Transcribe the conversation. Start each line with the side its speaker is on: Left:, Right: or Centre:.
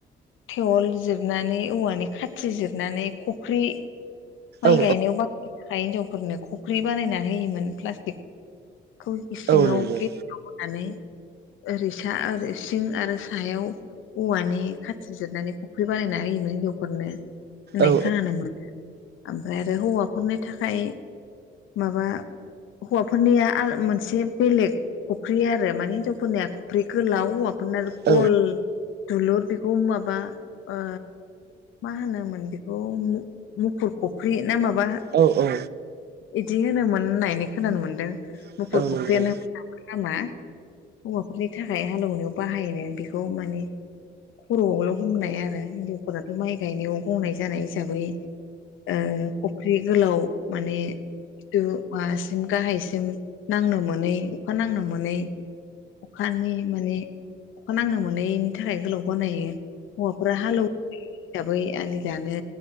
Left: थेवल जिरनानै औवानि खाथि जिरनानै खफ्रि माइ
Right: औ
Left: गायनायाव बाहायनो थाखाय हिनजावफोरनो फख्रि बानायना होयोमोन प्लास्टिक खौ इसिङाव
Right: औ नंगौ
Left: गे <unintelligible> होनानै ओरै सा ओरै सिं आरो सायाव औवानि खाथि जिरनानै खफ्रि बानायना होयोमोन हिनजावफोरनो होननाय
Right: औ
Left: खोनानो मोनो। ओमफाय आरो हौवाफोरनि थाखाय माबा हौवाफोरनिया आल मोनसे बेलेग खफ्रि आरो माने हिनजावफोरनिया खफ्रि गोलाव हौवाफोरना
Right: औ
Left: गल दुलुर बेखौ माबा ओ मा होनोमोन बेखौ मु मुफुर खफ्रि ना माबा
Right: औ औ।
Left: बिदि होनोमोन होननानै खोनानो मोनदों
Right: नंगौ
Left: मुफुर खफ्रियानो
Right: औ
Left: मोननामा नामा हौवाफोरनि थाखाय हाल एवनायाव बाहायनो बेखौ मानि खर'आवल' हमनाय आरो हिन्जावफोराथ' माइ गायनायाव गंनाय जानाय हिसाबै ओ खफ्रि गोलाव माने खिबु माबासिम गाहायसिम नांनो मोनै अखा नांनो मोनै अखानि मानि अखा नांनो मोनैनि थाखाय गोलाव बानायो, हौवाफोरा हालौ हिसाबै आलि दानो